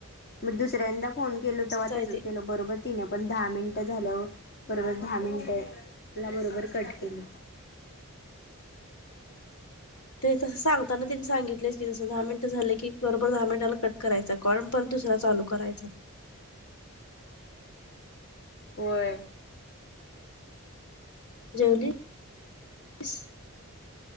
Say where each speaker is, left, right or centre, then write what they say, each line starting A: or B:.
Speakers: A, on the left; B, on the left.
A: मग दुसऱ्यांदा फोन केलो
B: तसंच
A: तेव्हा
B: आहे
A: तसच
B: ते
A: केल बरोबर तिने पण दहा मिनिटं झाल्यावर बरोबर दहा मिनटं बरोबर कट केली
B: ह ते तसं सांगताना त्यांनी सांगितलेच की जसं दहा मिनट झाले की बरोबर दहा मिनिटाला कट करायचा कॉण पण दुसरा चालू करायचा
A: वर
B: जेवलीस